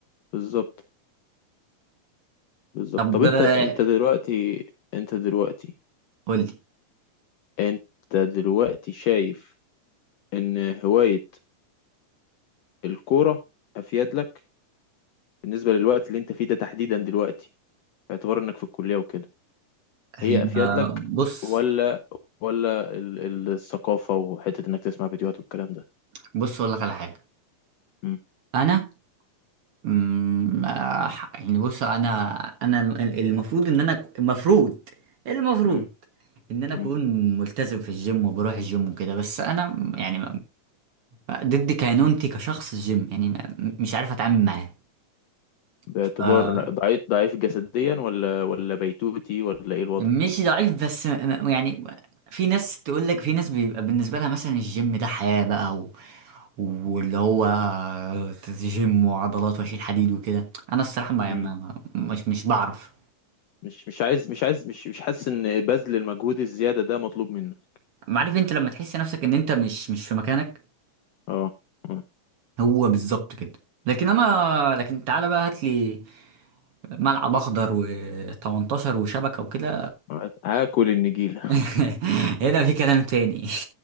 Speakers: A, on the left (about 75°); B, on the right (about 55°).
A: بالظبط بالظبط
B: طب
A: طب انت
B: آه،
A: انت دلوقتي انت دلوقتي
B: قول لي
A: انت دلوقتي شايف ان هوايه الكوره افيد لك بالنسبة للوقت اللي انت فيه ده تحديدا دلوقتي باعتبار انك في الكلية وكده
B: هي
A: هي افيد لك
B: بص
A: ولا ولا ال- ال- الثقافة وحتة انك تسمع فيديوهات والكلام ده
B: بص اقول لك على حاجة
A: مم.
B: انا مم، آه، يعني بص انا انا ال- المفروض ان انا المفروض المفروض
A: مم.
B: ان انا
A: مم.
B: اكون ملتزم في الجيم وبروح الجيم وكده بس انا يعني ضد كينونتي كشخص الجيم يعني م- مش عارف اتعامل معاه
A: باعتبار
B: ف-
A: ضعيف ضعيف جسديا ولا ولا بيتوتي ولا ايه الوضع
B: مش ضعيف بس م- يعني في ناس تقول لك في ناس بيبقى بالنسبه لها مثلا الجيم ده حياه بقى و... واللي هو جيم وعضلات واشيل حديد وكده انا الصراحه ما
A: مم.
B: ما- ما- مش مش بعرف
A: مش مش عايز مش عايز مش مش حاسس ان بذل المجهود الزيادة ده مطلوب منك
B: عارف انت لما تحس نفسك ان انت مش مش في مكانك
A: اه آه.
B: هو بالظبط كده لكن انا لكن تعالى بقى هات لي ملعب اخضر و18 وشبكه وكده
A: آه. هاكل النجيلة
B: <laughs> هنا في كلام تاني <laughs>